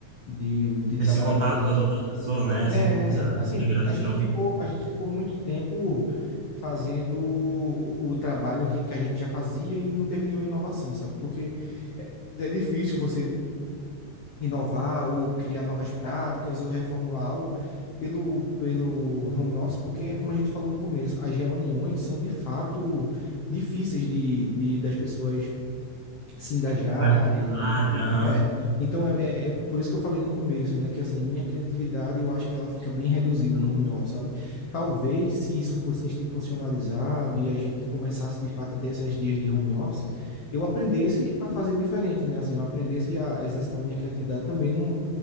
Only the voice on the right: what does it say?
Esse contato
com as outras pessoas, né?
Assim,
essa
integração,
participar,
aham,